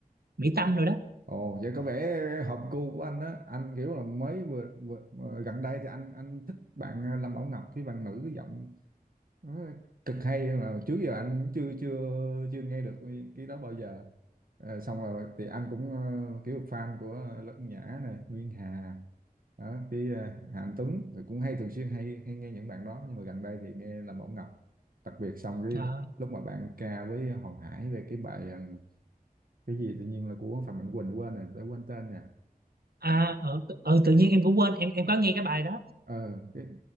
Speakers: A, on the right (about 85°); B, on the right (about 65°).
A: Mỹ Tâm rồi đó
B: Ồ vậy có vẻ hợp gu của anh á, anh kiểu là mới vừa, vừa, vừa gần đây thì anh anh thích bạn à, Lâm Bảo Ngọc cái bạn nữ cái giọng Đó, cực hay mà trước giờ anh chưa chưa chưa nghe được cái cái đó bao giờ Ờ, xong rồi thì anh cũng ờ, kiểu fan của Lân Nhã này Nguyên Hà đó, cái ờ, Hà Anh Tuấn thì cũng hay thường xuyên hay hay nghe những bạn đó nhưng mà gần đây thì nghe Lâm mẫu Ngọc đặc biệt xong cái
A: Ờ,
B: lúc mà bạn ca với Hoàng Hải về cái bài ờ, cái gì tự nhiên là của Phạm Mạnh Quỳnh quên rồi tớ quên tên nha
A: à ờ, tự- ờ, tự nhiên em cũng quên em em có nghe cái bài đó
B: ờ cái,